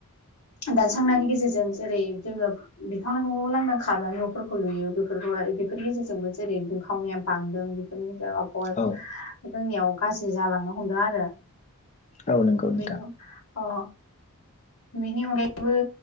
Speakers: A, on the left; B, on the left.
A: दानस्रांनायनि गेजेरजों जेरै जोङो बिफांआव लांदां खनानै न'फोरखौ लुयो बेफोरखौ बेफोरनि गेजेरजोंबो जेरै दुं खावनाया बांदों <unintelligible> बायबो
B: औ
A: जोंनियाव गाज्रि जालांनो हमदों आरो
B: औ नंगौ नोंथां
A: बेनो ओ बेनि अनगायैबो